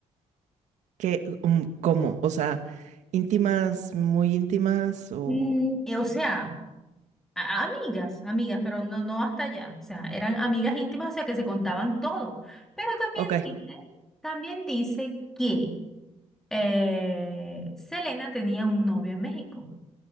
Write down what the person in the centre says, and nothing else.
Mm, eh, o sea, a- amigas, amigas, pero no, no hasta allá. O sea, eran amigas íntimas, o sea, que se contaban todo. Pero también
dice, también dice que eh, Selena tenía un novio en México